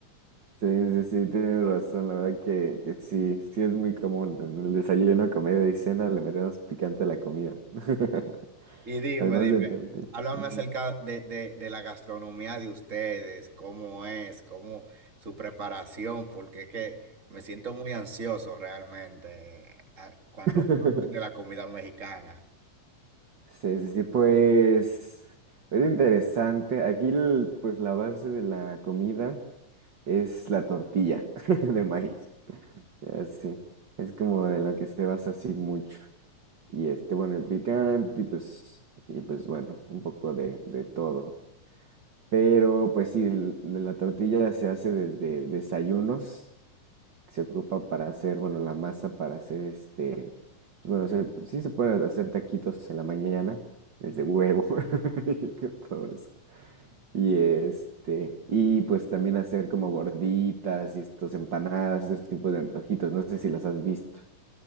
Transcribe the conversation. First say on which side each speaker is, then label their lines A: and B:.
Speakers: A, on the right; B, on the right.
A: Sí, sí, sí, tienes razón. La verdad que, que sí, sí es muy común. En el desayuno, comida y cena le metemos picante a la comida. <laughs>
B: Y dime,
A: Además
B: dime,
A: de todo, sí.
B: háblame
A: Ujú.
B: acerca de, de, de la gastronomía de ustedes, cómo es, cómo su preparación, porque es que me siento muy ansioso realmente eh, a- cuando
A: <laughs>
B: hablo de la comida mexicana.
A: Sí, sí, sí, pues es interesante. Aquí, el- pues la base de la comida es la tortilla <laughs> de maíz. Así, es como de lo que se basa así mucho. Y este, bueno, el picante y pues, y pues bueno, un poco de, de todo. Pero pues sí, el- de la tortilla se hace desde desayunos que se ocupa para hacer, bueno, la masa para hacer este, pues bueno, se- sí se pueden hacer taquitos en la mañana, desde huevo, <laughs> y con todo eso. Y este, y pues también hacer como gorditas y estos empanadas, estos tipos de antojitos, no sé si los has visto.